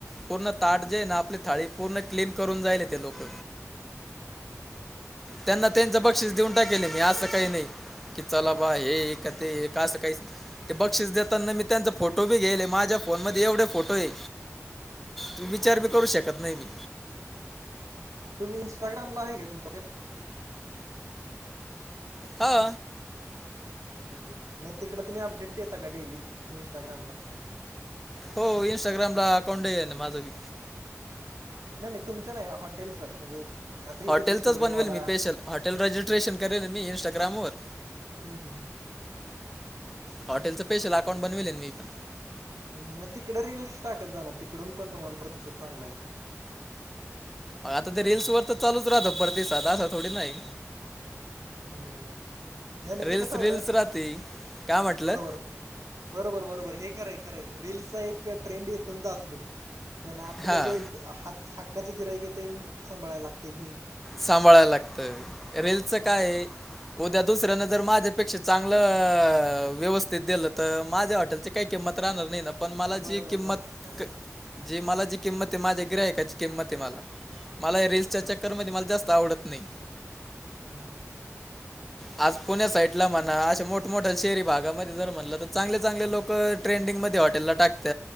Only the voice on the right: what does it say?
तुम्ही इन्स्टाग्रामला आहे का तुमच तेन?
हम्म मग तिकड तुम्ही अपडेट देता का डेली इन्स्टाग्रामला.
नाही नाही तुमचं नाही हॉटेलचं म्हणजे आता हे
कस शौर्यवाडा.
हम हम हम.
मग तिकड रील्स टाकत जाणं तिकडून पण तुम्हाला प्रतिसाद चांगला येईल.
हम्म नाही नाही
ते कस होत
बरोबर. बरोबर बरोबर हे खरंय खरंय रील्सचा एक ट्रेंड येतो आन जातो. पण आपलं
जे ह हक्काचं गिराईक आहे ते साभाळायला लागतय मेन.
बरोबर
बरोबर हां
हम